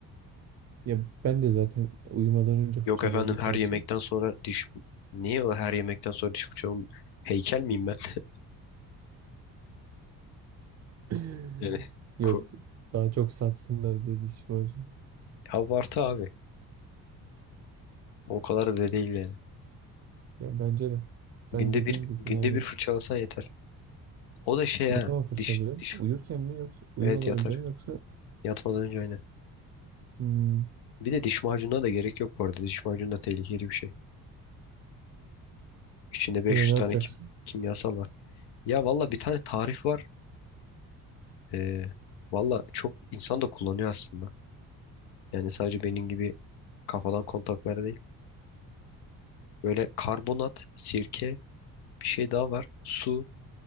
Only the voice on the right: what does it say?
Ya ben de zaten uyumadan önce fırçalıyorum
sadece.
<laughs>
Yok.
Daha çok satsınlar diye diş var.
Ya bence de.
Ben dediğim
gibi
yani
Ne zaman fırçalıyorsun?
Uyurken mi yoksa uyumadan
önce mi yoksa
hmm,
e, ne
yapacaksın?